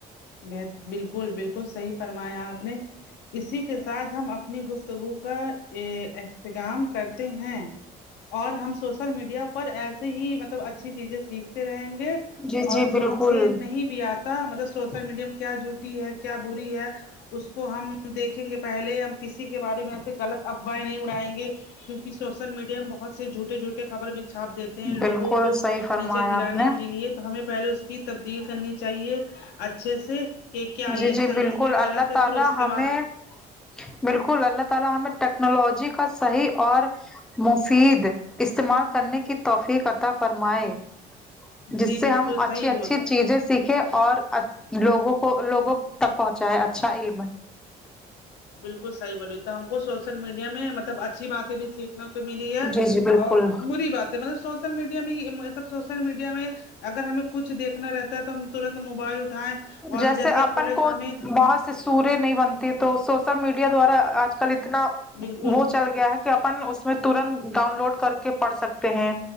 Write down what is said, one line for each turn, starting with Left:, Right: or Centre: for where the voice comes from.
Left: ب بالکل بالکل صحیح فرمایا آپ نے اسی کے ساتھ ہم اپنی گفتگو کا احتظام کرتے ہیں اور ہم سوشل میڈیا پر ایسے ہی مطلب اچھی چیزیں سیکھتے رہیں گے
Centre: جی جی
Left: اور
Centre: بالکل
Left: جو ہم سے نہیں بھی آتا مطلب سوشل میڈیا میں کیا جوٹی ہے کیا بری ہے اس کو ہم دیکھیں گے پہلے ہم کسی کے بارے میں ایسے غلط افواہیں نہیں اڑائیں گے کیونک سوشل میڈیا میں بہت سےھٹے جھوٹ خبر بھی چھاپ دیتے ہیں لوگوں
Centre: بالکل
Left: کو
Centre: صحیح فرمایا
Left: نیچے گرانے
Centre: آپ نے
Left: کے لیے ہمیں پہلے اس کی تبدیل کرنی چاہیے اچھے سے کہ کیا یہ
Centre: جی جی
Left: صحیح
Centre: بالکل
Left: ہے غلط
Centre: اللہ
Left: ہے
Centre: تعالی
Left: پھر اس کے
Centre: ہمیں
Left: بعد
Centre: بالکل اللہ تعالی ہمیں ٹیکنالوجی کا صحیح اور مفید استعمال کرنے کی توفیق عطا فرمائے جس
Left: جی
Centre: سے
Left: بالکل
Centre: ہم اچھی
Left: صحیح
Centre: اچھی
Left: بول
Centre: چیزیں سیکھے اور لوگوں کو لوگوں تک پہنچائے اچھا علم
Left: بالکل صحیح بولی تو ہم کو سوشل میڈیا میں مطلب اچھی باتیں بھی سیکھنا ملی ہے
Centre: جی جی بالکل
Left: اور بری بات ہے مطلب سوچ سل میڈیا میں مطلب سوشل میڈیا میں اگر ہمیں کچھ دیکنا رہتا ہے تو ہم ترنت موبائل اٹھائیں اور
Centre: جیسے اپن
Left: کھولے
Centre: کو
Left: تو ہمیں
Centre: بہت سے سوریہ نہیں بنتی تو سوشل میڈیا دوارا آج کل اتنا
Left: بالکل
Centre: وہ چل گیا ہے کہ اپن اس میں ترنت ڈاؤن لوڈ کر کے پڑھ سکتے ہیں